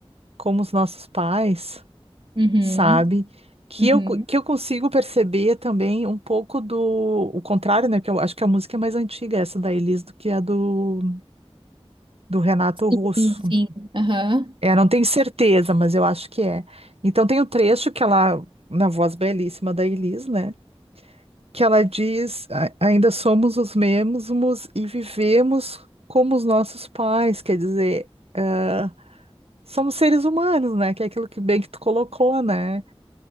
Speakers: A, on the right (about 70°); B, on the right (about 55°).
A: Como os Nossos Pais,
B: Uhum,
A: sabe? Que
B: uhum.
A: eu, co- que eu consigo perceber também um pouco do o contrário, né? Que eu acho que a música é mais antiga, essa da Elis, do que a do do Renato Russo.
B: Sim, sim. Aham.
A: É, não tenho certeza, mas eu acho que é. Então tem o trecho que ela, na voz belíssima da Elis, né? Que ela diz: "A- ainda somos os mesmos e vivemos como os nossos pais, quer dizer, ah, somos seres humanos, né? Que é aquilo que bem que tu colocou, né?